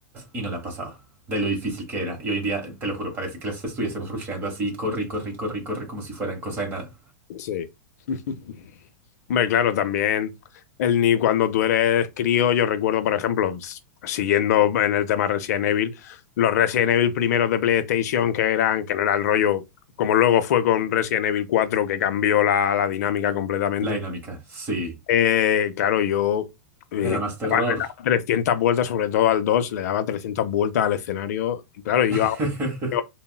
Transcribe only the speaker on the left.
Sí. <laughs> Hombre, claro, también el ni cuando tú eres crío, yo recuerdo, por ejemplo, s- siguiendo en el tema Resident Evil, los Resident Evil primeros de PlayStation que eran, que no era el rollo, como luego fue con Resident Evil cuatro que cambió la, la dinámica completamente.
Eh, claro, yo eh,
daba- daba 300 vueltas, sobre todo al 2 le daba 300 vueltas al escenario. Y claro, yo
ahora veo-